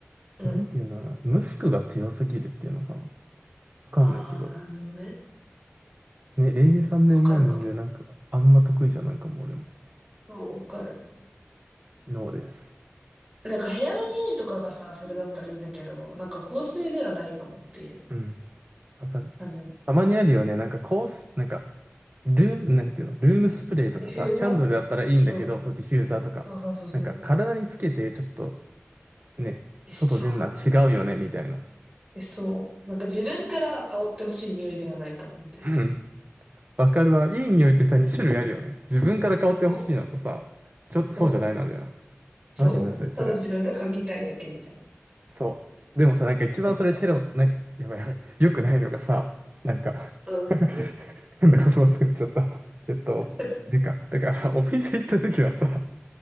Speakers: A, on the right (about 25°); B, on the right (about 45°).
A: うん。
B: なんていうんだろうな。ムスクが強すぎるっていうのかな。わかんないけど。
A: ああ、なるほどね。
B: ね、レイジサンデーモーニングなんか、
A: わかるかも。
B: あんま得意じゃないかも、俺も。
A: そうわかる。
B: ノーです。
A: なんか部屋の匂いとかがさ、それだったらいいんだけど、なんか香水ではないかもっていう
B: うん。わかる。
A: 感じ。
B: たまにあるよね。なんかコース、なんか、ルーム、なんていうの、ルームスプレーとかさ、
A: ディフューザ
B: キャンドルだったらいいんだけど、
A: ーうん。
B: そう、ディフューザーとか、
A: そうそうそうそう。
B: なんか体につけて、ちょっとね、
A: え、そ
B: 外出んのは違うよね、みたいな。
A: う。え、そう。なんか自分から香ってほしい匂いではないかも、みたいな。
B: <laughs> わかるわ。いい匂いってさ、2種類あるよね。自分から香ってほしいのとさ、
A: そ
B: ちょっとそうじゃないのあるやん。
A: う。そう。そうただ自分が嗅ぎたいだけみたいな。
B: マジむずい、それ。そう。でもさ、なんか一番それテロ、
A: だからね。
B: なんか、やばいやばい。よくないのがさ、なんか
A: うん。
B: <laughs> 変な言葉作っちゃった。えっと、
A: <laughs>
B: なんか、だからさ、お店行った時はさ、